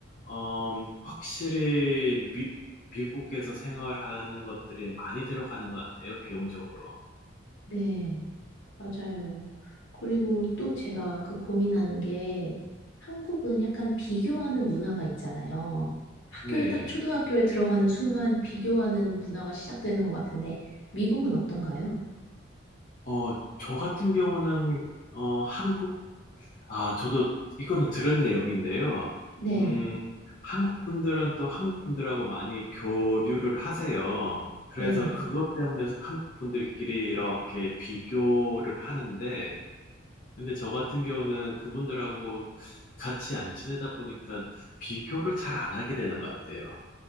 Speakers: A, on the left; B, on the left.
A: 음, 확실히 미, 미국에서 생활하는 것들이 많이 들어가는 것 같아요, 비용적으로.
B: 네. 맞아요. 그리고 또 제가 그 고민하는 게 한국은 약간 비교하는 문화가 있잖아요. 학교에
A: 네.
B: 딱 초등학교에 들어가는 순간 비교하는 문화가 시작되는 것 같은데 미국은 어떤가요?
A: 어, 저 같은 경우는, 어, 한국, 아, 저도 이거는 들은 내용인데요.
B: 네.
A: 음, 한국 분들은 또 한국 분들하고 많이 교류를 하세요. 그래서
B: 네네.
A: 그것 때문에 한국 분들끼리 이렇게 비교를 하는데, 근데 저 같은 경우는 그분들하고 같이 안 지내다 보니까 비교를 잘 안 하게 되는 것 같아요.